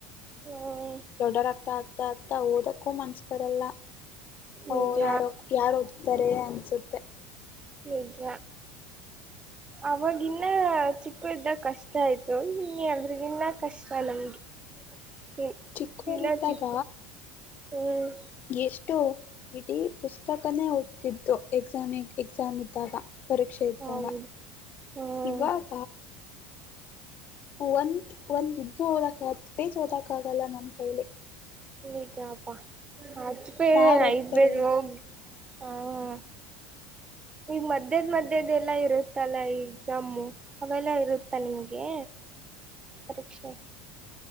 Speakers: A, on the right; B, on the left.
A: ಹ್ಮ್
B: ದೊಡ್ಡವ್ರ್ ಆಗ್ತಾ ಆಗ್ತಾ ಓದಕ್ಕೂ ಮನ್ಸ ಬರಲ್ಲ
A: ನಿಜ
B: ಓ ಯಾರಕ್ಕ ಯಾರು ಓತಾರೆ ಅನಿಸುತ್ತೆ
A: ನಿಜ ಅವಾಗಿನ್ನ ಚಿಕ್ಕ ಇದ್ದಾಗ ಕಷ್ಟ ಆಯ್ತು ಇನ್ನ ಎಲ್ರಿಗಿನ್ನ ಕಷ್ಟ ನಮ್ಗೆ ಹ್ಮ್
B: ಚಿಕ್ಕೋರಿದ್ದಾಗ
A: ಇನ್ನಾ ಚಿಕ್ ಹ್ಮ್
B: ಎಷ್ಟು ಇಡೀ ಪುಸ್ತಕನೇ ಓತಿದ್ದೋ ಎಕ್ಸಾಮಿ ಎಕ್ಸಾಮ್ ಇದ್ದಾಗ ಪರೀಕ್ಷೆ ಇದ್ದಾಗ
A: ಹೌದು ಹ್ಮ್
B: ಇವಾಗ ಒಂದ್ ಒಂದ್ ಇದನ ಓದಕ ಹತ್ ಪೇಜ್ ಓದಕ್ ಆಗಲ್ಲ ನಮ್ಮ್ ಕೈಲಿ
A: ಇಟಾಪಾ ಹತ್ತುಪೇರು
B: ಯಾರ್ ಓದ್ತಾರೆ
A: ಐದುಪೇರುೋಗ ಹ <unintelligible> ಈಗ ಮಧ್ಯದ್ ಮಧ್ಯದ ಎಲ್ಲಾ ಇರುತ್ತಲ್ಲ ಎಕ್ಸಾಮು ಅವೆಲ್ಲ ಇರುತ್ತಾ ನಿಮ್ಗೆ ಪರೀಕ್ಷೆ